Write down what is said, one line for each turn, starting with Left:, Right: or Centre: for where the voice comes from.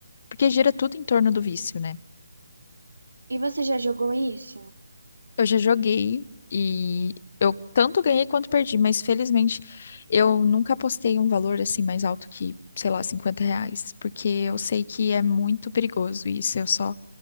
Left: porque gira tudo em torno do vício, né?
Right: E você já jogou isso?
Left: Eu já joguei e eu tanto ganhei quanto perdi, mas felizmente eu nunca apostei um valor assim mais alto que, sei lá, 50 reais, porque eu sei que é muito perigoso isso. Eu só,